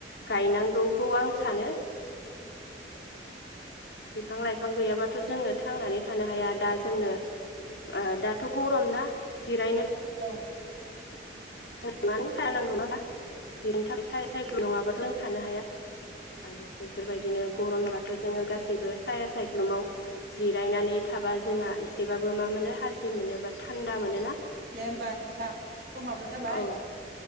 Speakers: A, on the left (about 65°); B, on the right (about 55°).
A: गायनांगौखौ आं सानो
B: औ
A: बिफां लाइफां गैयाबाथ' जोङो थांनानै थानो हाया दा जोंनो ओ दाथ' गरम ना जिरायनो
B: औ औ
A: थांनानै <inaudible> ना जिरायनो थाखाय साइकेल नङाबा ख्लों थानो हाया आरो बेफोरबायदिनो गरमबाथ' जोङो गासैबो साया सायख्लुमाव जिरायनानै थाबा जोंहा एसे एसेबाबो मा मोनो थाजिम मोनो बा थान्दा मोनोना
B: दे होमबा नोंथां समाबो जाबाय
A: औ